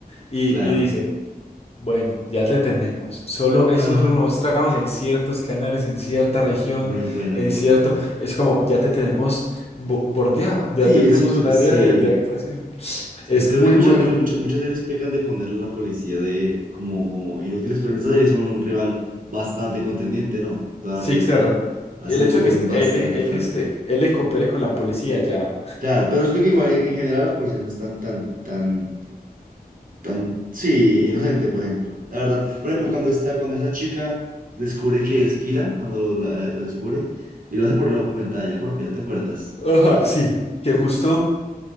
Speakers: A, on the left; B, on the right.
A: Y,
B: claro.
A: y dice, bueno, ya te tenemos. Solo, esto
B: Ajá,
A: solo lo mostramos en ciertos canales, en cierta región,
B: muy buena,
A: en
B: muy
A: cierto.
B: buena.
A: Es como, ya te tenemos bo- bordeado, ya,
B: Sí,
A: ya tenemos
B: es cierto,
A: un área
B: sí.
A: de de actuación.
B: Sí,
A: Es
B: yo creo
A: muy
B: que muchas
A: bueno.
B: muchas muchas muchas series pecan de poner a la policía de como, como inútiles, pero en esta serie son un rival bastante contendiente, ¿no? Toda
A: Sí,
B: la policía
A: claro.
B: hace
A: El
B: un
A: hecho
B: papel
A: de que est-
B: bastante
A: él, él,
B: fuerte.
A: este, él le coopere con la policía ya.
B: Claro, pero siento que igual en, en general la policía no es tan, tan, tan, tan, sí, inocente, por ejemplo. La verdad, por
A: Sí.
B: ejemplo, cuando está, cuando esa chica descubre que es Kira, cuando lo, la- lo descubre, y lo hace por la cuenta de ella propia, ¿te acuerdas?
A: Ajá, sí. Que justo.